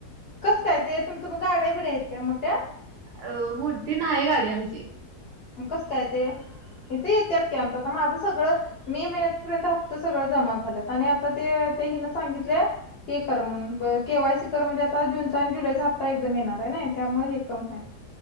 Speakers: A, on the left; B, on the right.
A: कस काय ते तुमच्या गाड्याबिड्या आहेत काय मोठ्या?
B: अ मोठी नाही गाडी आमची.
A: मग कस काय ते इत येत्यात की आता माझं सगळं- मे महिन्या पर्यंत हप्त सगळं जमा झालं आणि आता ते ते हिन सांगितले, ते कर म्हणून बर केवाय सी- खर म्हणजे आता जूनचा आणि जुलै चा हप्ता एकदम येणार आहे नाही त्यामुळे हे करम-